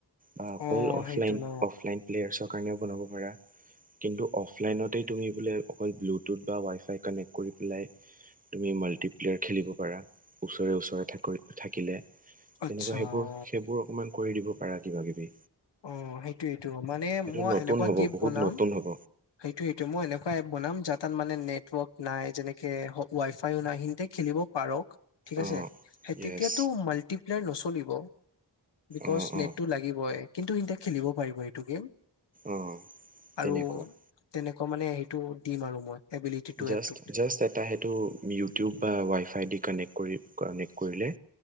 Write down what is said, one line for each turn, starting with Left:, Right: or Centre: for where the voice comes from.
Right: বা অকল
Left: অ
Right: অফলাইন
Left: সেইটো ন
Right: - অফলাইন প্লেয়াৰছক কাৰণেও বনাব পাৰা কিন্তু অফলাইনতেই তুমি বোলে অকল ব্লুটুথ বা ৱাইফাই কানেক্ট কৰি পেলাই তুমি মাল্টিপ্লেয়াৰ খেলিব পাৰা ওচৰে ওচৰে থাক ঐ থাকিলে
Left: আচ্ছা
Right: তেনেকুৱা সেইবোৰ-
Left: অ
Right: সেইবোৰ অকমান কৰি দিব পাৰা কিবা কিবি
Left: অ সেইটোৱে টো মানে
Right: সেইটো
Left: মই
Right: নতুন
Left: এনেকুৱা
Right: হ'ব
Left: গিফ্ট
Right: বহুত
Left: বনাম
Right: নতুন হ'ব
Left: সেইটো সেইটো মই এনেকুৱা এপ বনাম যা তাত মানে নেটৱৰ্ক নাই যেনেকে হক ৱাই ফাইও নাই হিংতে খেলিব পাৰক। ঠিক আছে
Right: অঁ
Left: সেই তেতিয়াতো
Right: য়েছ
Left: মাল্টিপ্লেয়াৰ নচলিব বিকজ
Right: অঁ
Left: নেটটো
Right: অঁ
Left: লাগিবই কিন্তু <inaudible> খেলিব পাৰিব এইটো গেম
Right: অ
Left: আৰু
Right: তেনেকুৱা
Left: তেনেকুৱা মানে সেইটো দিম আৰু মই এবিলিটিটো
Right: জাষ্ট-
Left: এপটোত
Right: জাষ্ট এটা সেইটো ইউটিউব বা ৱাইফাই ডি কানেক্ট কৰি কানেক্ট কৰিলে